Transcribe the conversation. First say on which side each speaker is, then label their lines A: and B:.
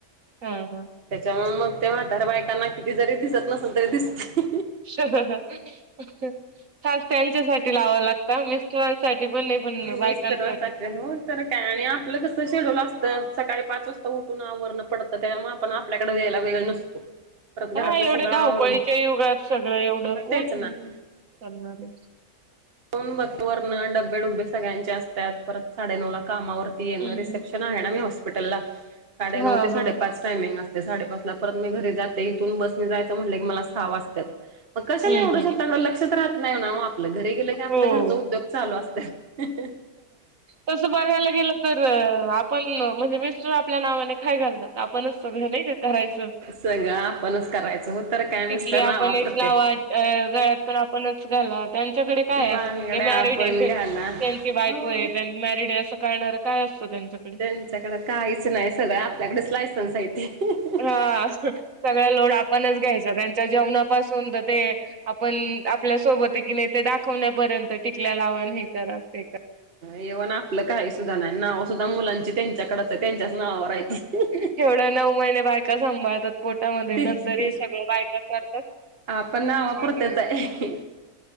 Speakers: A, on the right; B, on the right.
A: हा हा
B: त्याच्यामुळ मग ते म्हातार बायकांना किती जरी दिसत नसलं तरी दिसतय
A: खास त्यांच्यासाठी लावाव लागत मिस्टरांसाठी <inaudible> बायकांसाठी
B: मिस्टरांसाठी हो तर काय आणि आपलं कस शेड्यूल असतं सकाळी पाच वाजता उठून आवरण पडतं त्यामुळ आपण आपल्याकडे वेळेला वेळ नसतो परत घरातलं
A: हा एवढ्या
B: सगळं
A: धावपळीच्या
B: आवरून
A: युगात सगळं एवढं
B: मग
A: कोणी
B: तेच ना
A: करायचे <inaudible>
B: फोन बक वरणं डबे डबे सगळ्यांचे असत्यात परत साडे नऊ ला कामावरती येणं
A: हं,
B: रिसेप्शन
A: हं.
B: ह ना मी होस्पिटलला साडे
A: हां,
B: नऊ ते
A: हां.
B: साडे पाच टामिंग ते साडेपाच ला परत मी घरी जाते इथून बसनी जायचं म्हटलं की मला सहा वाजत्यात मग कशाला
A: हं,
B: एवढं
A: हं.
B: स्वतःकड लक्षच राहत नाही ना ओ आपलं घरी गेलं की आपल्या
A: हो.
B: घरच उद्योग चालू असत्यातच
A: तसं बघायला गेलं तर आपण म्हणजे मिस्टर आपल्या नावाने खाय घालतात आपणच सगळं नाही का करायचं
B: सगळं आपणच करायचं हो तर काय
A: तिथली
B: मिस्टर
A: आपणच
B: नावा प्रत्येक
A: लावा अ गळ्यात पण आपणच घाला त्यांच्याकडे काय असं
B: बांगड्या
A: कि ते मॅरिड
B: आपण
A: आहे
B: घाला
A: त्यांची बायको
B: हो
A: ये त्यांनी मॅरीडये अस कळणार काय असतं त्यांच्या
B: त्यांच्याकडे काहीच नाही सगळं आपल्याकडेच लायसन्स हाय तेे हह
A: हा सगळा लोड आपणच घ्यायचा त्यांच्या जेवणापासूनच ते आपण आपल्या सोबत की नाहीे ते दाखवण्यापर्यंत टिकल्या लावा हे करा ते
B: येवणा आपलं काय सुद्धा नाई नाव सुद्धा मुलांची त्यांच्याकडच हाय त्यांच्याच नावावर हाईत
A: तेेवढ्या नऊ महिने बायका सांभाळतात पोटामध्ये
B: तीच
A: नंतर
B: की
A: ही सगळं बायका करतात
B: आपण नावापुरतच
A: आणि
B: आहे